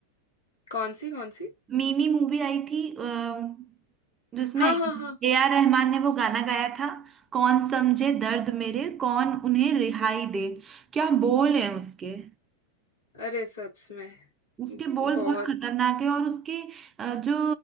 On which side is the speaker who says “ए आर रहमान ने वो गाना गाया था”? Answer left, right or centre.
Right